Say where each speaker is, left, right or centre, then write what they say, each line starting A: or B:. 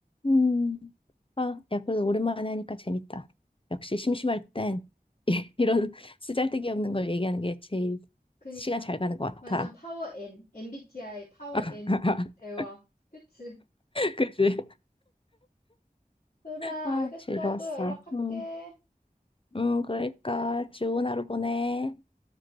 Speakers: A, on the left; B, on the left.
A: 음, 아, 야, 그래도 오랜만에 하니까 재밌다. 역시 심심할 땐 <laughs> 이런 쓰잘데기 없는 걸 얘기하는 게 제일
B: 그니까.
A: 시간 잘 가는 것 같아.
B: 완전 파워 N. MBTI 파워
A: <laughs>
B: N 대화. 그치?
A: 그치?
B: 그래, 알겠어.
A: 아, 즐거웠어.
B: 또 연락할게.
A: 음, 음, 그러니까 좋은 하루 보내.